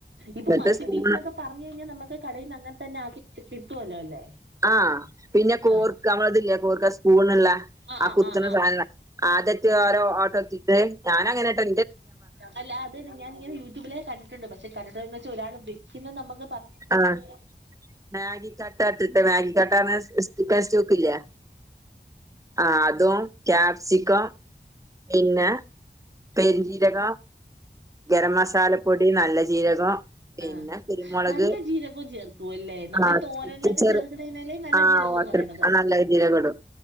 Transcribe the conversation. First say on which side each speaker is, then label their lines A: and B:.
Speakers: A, on the right; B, on the right.
A: ഇപ്പൊ
B: എന്നിട്ട്
A: മന്തി
B: സ്പൂൺ
A: പീസ് എന്നൊക്കെ പറഞ്ഞു കഴിഞ്ഞാൽ നമുക്ക് കടയിൽ അങ്ങനെ തന്നെ ആ കി കിട്ടുവല്ലോ അല്ലേ
B: ആഹ പിന്നെ കോർക്ക്
A: ആഹ്
B: നമ്മള ഇതില്ല കോർക്ക സ്പൂണ്ല്ല
A: ആഹ്
B: ആ
A: ആഹ്
B: കുത്തണ
A: ആഹ് ആഹ്
B: സാധന ആദ്യട്ട ഓരോ ഓട്ട കുത്തിട്ട് ഞാനൻ അങ്ങനെട്ടോ
A: അല്ല അതന്നെ ഞാൻത് യൂട്യൂബിലേ കണ്ടിട്ടുണ്ട് പക്ഷെ കണ്ടിട്ടുന്ന് വെച്ചാ ഒരാള് വെക്കുന്നത് നമുക്ക് പറഞ്ഞു തരുന്നത്
B: ആഹ
A: പോലെ
B: മാഗി കട്ടാട്ട് മാഗി കട്ടാ പറഞ്ഞ പേസ്റ്റൊക്കെ ഇല്ലേ ആഹ അതും കാപ്സിക്കം പിന്നെ പെരുഞ്ചീരക ഗരം മസാലപ്പൊടി നല്ല ജീരകം പിന്നെ
A: ആഹ്
B: കുരുമുളക്
A: നല്ല ജീരകവും ചേർക്കും അല്ലേ നമ്മളീ
B: <unintelligible>
A: തോരനിലൊക്കെ ചേർക്കണേനല്ലേ നല്ല ജീരകം എന്ന് പറയണത്
B: നല്ല ജീരകം ഇടും